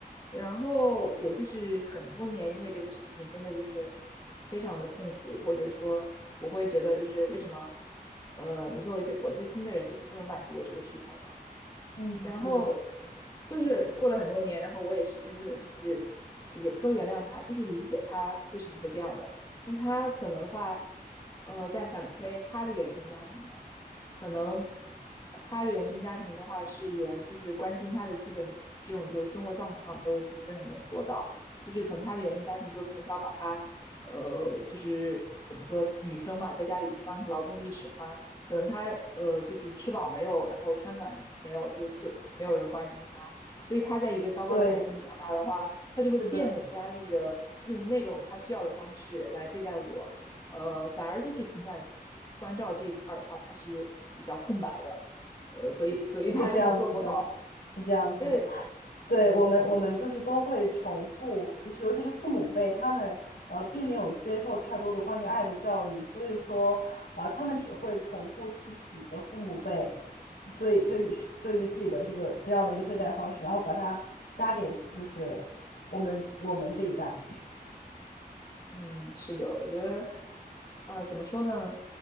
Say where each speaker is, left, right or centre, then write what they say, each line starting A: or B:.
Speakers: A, on the left (about 25°); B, on the left (about 85°).
A: 然后我就是很多年因为这个事情真的就是非常的痛苦，或者说我会觉得就是为什么呃你作为最我最亲的人就是不能满足我这个需求呢？
B: 嗯，
A: 然后
B: 对
A: 就是过了很多年，然后我也是真正的就是也不说原谅他，就是理解他为什么会这样的。那他可能话呃在反推他的原生家庭呢？可能他的原生家庭的话，是连就是关心他的基本这种就是生活状况都不是很能做到，就是可能他的原生家庭就从小把他，呃，就是怎么说，女生嘛，在家里就是当成劳动力使唤，可能他呃就是吃饱没有，然后穿暖没有，就就没有人关心他，所以他在一个糟糕的环境里长大的话，
B: 对，
A: 他就会变本加厉的用那种他需要的方式来对待我。
B: 是的，
A: 呃，反而就是情感关照这一块儿的话，它是比较空白的，呃，所以所以他就是做不好。
B: 是这样子的，是这样子的。
A: 对，
B: 对我们，
A: 嗯。
B: 我们就是都会重复，就是尤其是父母辈，他们呃并没有接受太多的关于爱的教育，所以说呃他们只会重复自己的父母辈对对于对于自己的这个这样的一个对待方式，然后把它加给就是我们我们这一代。
A: 嗯，是的，我觉得，呃，怎么说呢？